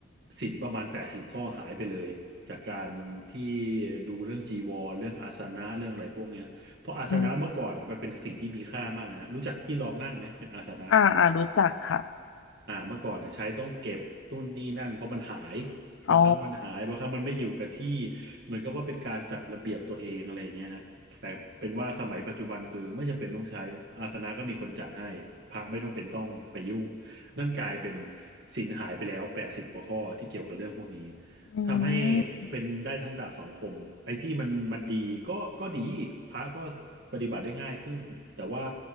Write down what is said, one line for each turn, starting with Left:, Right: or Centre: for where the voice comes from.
Right: ศีลประมาณแปดสิบข้อหายไปเลยจากการที่ดูเรื่องจีวรเรื่องอาสนะเรื่องอะไรพวกเนี้ย เพราะอาสนะเมื่อก่อนมันเป็นสิ่งที่มีค่ามากนะฮะรู้จักที่รองนั่งไหมเป็นอาสนะ
Left: อืม อ่าอ่ารู้จักค่ะ
Right: อ่าเมื่อก่อนเนี่ยใช้ต้องเก็บนู่นนี่นั่นเพราะมันหาย
Left: อ๋อ
Right: บางครั้งมันหายบางครั้งมันไม่อยู่กับที่เหมือนกับว่าเป็นการจัดระเบียบตัวเองอะไรอย่างเงี้ยฮะแต่เป็นว่าสมัยปัจจุบันคือไม่จำเป็นต้องใช้อาสนะก็มีคนจัดให้พระไม่ต้องเป็นต้องไปยุ่งนั่นกลายเป็นศีลหายไปแล้วแปดสิบกว่าข้อที่เกี่ยวกับเรื่องพวกนี้
Left: อื
Right: ทำให้
Left: ม
Right: เป็นได้ทั้งดาบสองคมไอ้ที่มันมันดีก็ก็ดีพระก็ปฏิบัติได้ง่ายขึ้นแต่ว่า